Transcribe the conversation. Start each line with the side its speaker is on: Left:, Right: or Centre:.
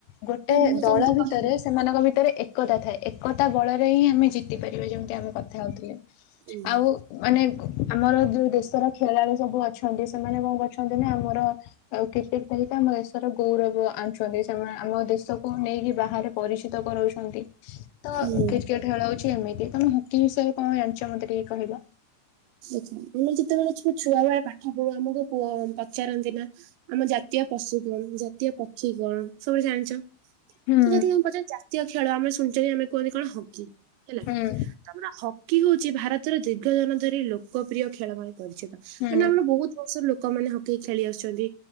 Left: ଗୋଟେ
Right: ମୁଁ
Left: ଦଳ
Right: ଯେମିତି
Left: ଭିତରେ
Right: କହିଲି
Left: ସେମାନଙ୍କ ଭିତରେ ଏକତା ଥାଏ। ଏକତା ବଳରେ ହିଁ ଆମେ ଜିତି ପାରିବା ଯେମି- - ଏବେ କଥା ହଉଥିଲେ
Right: ହୁଁ
Left: ଆଉ -- ମାନେ ଆମର ଯୋଉ ଦେଶର ଖେଳାଳି ସବୁ ଅଛନ୍ତି ସେମାନେ କଣ କରଛନ୍ତି ନା ଆମ -- କ୍ରିକେଟ ସହିତ ଆମ ଦେଶର କୌରବ ଆଣୁଛନ୍ତି। ସେମାନେ ଆମ ଦେଶକୁ ନେଇକି ବାହାରେ ପରିଚିତ କରାଉଛନ୍ତି। ତ
Right: ହୁଁ।
Left: କ୍ରିକେଟ ଖେଳ ହଉଚି ଏମିତି, ତମେ ହକି ବିଷୟରେ କଣ ଜାଣିଚ ମତେ ଟିକେ କହିଲ?
Right: ଆମେ ଯେତେବେଳେ ଛୁ ଛୁଆ ବେଳେ ପାଠ ପଢୁ ଆମକୁୁ ପଚାରନ୍ତି ନା। ଆମ ଜାତୀୟ ପଶୁ କଣ? ଜାତୀୟ ପକ୍ଷୀ କଣ, ସବୁ ଜାଣିଚ?
Left: ହୁଁ
Right: ତ ଯଦି କଣ କହନ୍ତି ଜାତୀୟ ଖେଳ ଆମେ ଶୁଣିଚନ୍ତି ଆମେ କୁହନ୍ତି କଣ ହକି। ହେଲା।
Left: ହୁଁ
Right: ଆମର ହକି ହଉଚି ଭାରତର ଦୀର୍ଘ ଦନ ଧରି ଲୋକପ୍ରିୟ ଖେଳରୁପେ ପରିଚିତ।
Left: ହୁଁ
Right: ମାନେ ଆମର ବହୁତ କ ଲୋକମାନେ ହକି ଖେଳି ଆସୁଚନ୍ତି।